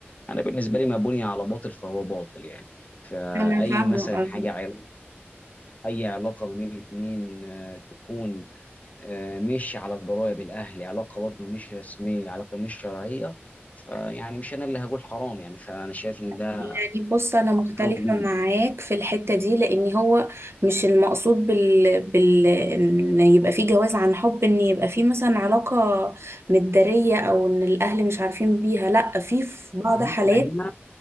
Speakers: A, on the left; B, on the right.
A: انا بالنسبه لي ما بني على باطل فهو باطل يعني فاي
B: أنا فاهمة
A: مثلا
B: قصدك
A: حاجه علاقه اي علاقه ما بين اتنين آه، تكون آه، مش على ضرائب الاهل علاقه برضه مش رسميه علاقه مش شرعيه فيعني مش انا اللي هقول حرام يعني فانا شايف ان ده
B: يعني بص أنا مختلفة
A: رغم
B: معاك في الحتة دي لأن هو مش المقصود بال... بال... إن يبقى فيه جواز عن حب إن يبقى فيه مثلا علاقة متدارية أو إن الأهل مش عارفين بيها لأ في في بعض
A: إن
B: حالات
A: انا هنا